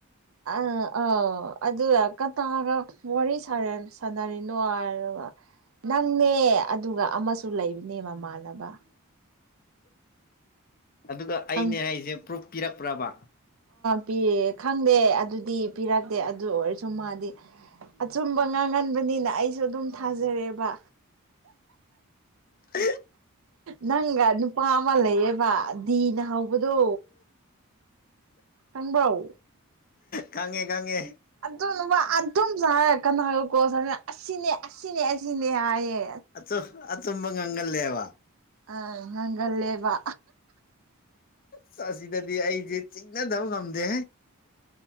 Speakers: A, on the right; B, on the left.
A: ꯑꯥ ꯑꯥ ꯑꯗꯨ ꯀ ꯇꯒ ꯋꯥꯔꯤ ꯁꯥ ꯁꯥꯟꯅꯔꯤꯅꯣ ꯍꯥꯏ ꯅꯪꯅꯦ ꯑꯗꯨꯒ ꯑꯃꯁꯨ ꯂꯩꯕꯅꯦ ꯃꯃꯥꯟꯅꯕ
B: ꯑꯗꯨꯒ
A: ꯈꯪ
B: ꯑꯩꯅꯦ ꯍꯥꯏꯁꯦ ꯄ꯭ꯔꯨꯐ ꯄꯤꯔꯛꯄ꯭ꯔꯕ
A: ꯄꯤ ꯈꯪꯗꯦ ꯑꯗꯨꯗꯤ ꯄꯤꯔꯛꯇꯦ ꯑꯗꯨ ꯑꯣꯏꯔꯁꯨ ꯃꯥꯗꯤ ꯑꯆꯨꯝꯕ ꯉꯥꯡꯍꯟꯕꯅꯤꯅ ꯑꯩꯁꯨ ꯑꯗꯨꯝ ꯊꯥꯖꯔꯦꯕ
B: ꯑ
A: ꯅꯪꯒ ꯅꯨꯄꯥ ꯑꯃ ꯂꯩꯌꯦꯕ ꯗꯤꯅ ꯍꯧꯕꯗꯣ ꯊꯪꯕꯎ
B: ꯀꯥꯡꯉꯦ ꯀꯥꯡꯉꯦ
A: ꯑꯗꯨꯕ ꯑꯗꯨꯝꯁꯨ ꯍꯥꯏꯔ ꯀꯩꯅꯣ ꯍꯥꯏꯀꯣ ꯑꯁꯤꯅꯦ ꯑꯁꯤꯅꯦ ꯑꯁꯤꯅꯦ ꯍꯥꯏꯌꯦ
B: ꯑꯣ ꯑ ꯇꯝꯕ ꯉꯪꯜ ꯂꯩꯦ ꯋꯥ
A: ꯑ ꯍ ꯂꯩꯦ ꯋꯥ
B: ꯆ ꯑꯁꯤꯗꯗꯤ ꯑꯩꯁꯦ ꯆꯤꯡꯅꯗꯕ ꯉꯝꯗꯦ